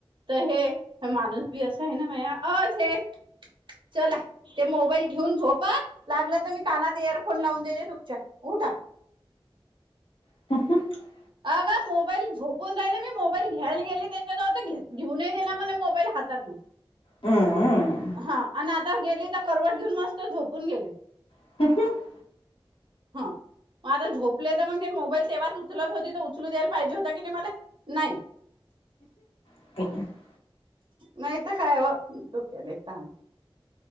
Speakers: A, on the right; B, on the left.
A: तर हे, ह माणूस बी असय ना, म्यया. ओ शेट, <inaudible> चला. ते मोबाईल घेऊन झोपा. लागलं तर मी कानात एयरफोन लावून देेते तुमच्या. उठा.
B: <unintelligible>
A: अ गा मोबाईल, झोपून राहिले मी. मोबाईल घ्यायला गेले त्याच्यावळ. घेत- घेऊ नाही देणा म्हणे, मोबाईल हातात न.
B: हम्म
A: हा, अन् आता गेली तर, करवट घेऊन मस्त झोपून गेले.
B: <unintelligible>
A: ह. मग आता झोपले तर, मग ते मोबाईल तेव्हाच उचलत होते तर, उचलू द्यायला पाहिजे होता, कि नाही मला? नाही.
B: <unintelligible>
A: नाही त काय ओ? डोक्याले तान.